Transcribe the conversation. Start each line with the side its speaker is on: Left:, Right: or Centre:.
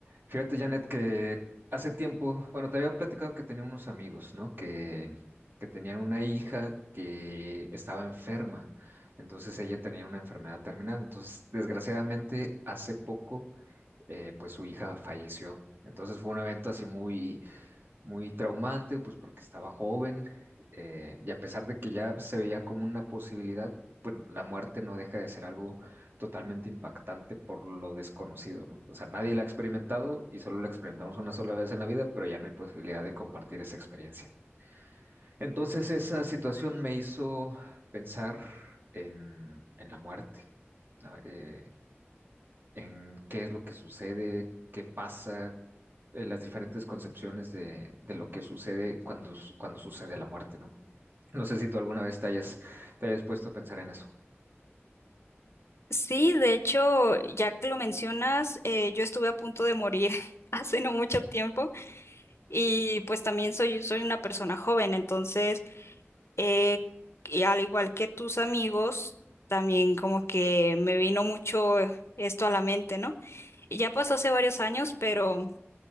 Right: Fíjate, Janet, que hace tiempo, bueno, te había platicado que tenía unos amigos, ¿no? Que, que tenían una hija que estaba enferma. Entonces ella tenía una enfermedad terminal. Entonces, desgraciadamente, hace poco, eh, pues su hija falleció. Entonces fue un evento así muy, muy traumante, pues porque estaba joven eh, y a pesar de que ya se veía como una posibilidad, pues la muerte no deja de ser algo totalmente impactante por lo desconocido, ¿no? O sea, nadie la ha experimentado y solo la experimentamos una sola vez en la vida, pero ya no hay posibilidad de compartir esa experiencia. Entonces esa situación me hizo pensar en, en la muerte, ¿no? Eh, en qué es lo que sucede, qué pasa, eh, las diferentes concepciones de, de lo que sucede cuando, s- cuando sucede la muerte, ¿no? No sé si tú alguna vez te hayas, te hayas puesto a pensar en eso.
Left: Sí, de hecho, ya que lo mencionas, eh, yo estuve a punto de morir <laughs> hace no mucho tiempo y pues también soy, soy una persona joven, entonces, eh, y al igual que tus amigos, también como que me vino mucho esto a la mente, ¿no? Y ya pasó hace varios años, pero